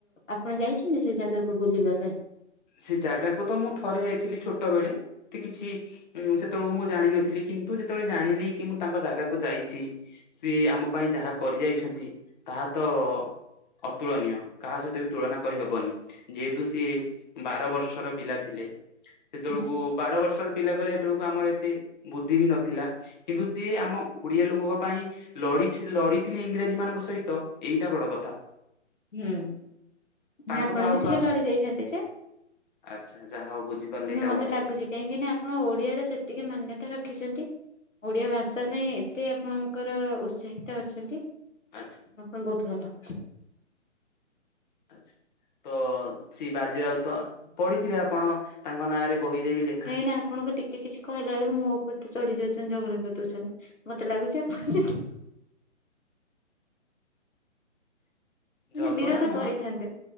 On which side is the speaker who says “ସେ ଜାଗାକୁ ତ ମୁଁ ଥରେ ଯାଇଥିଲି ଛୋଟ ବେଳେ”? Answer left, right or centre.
Left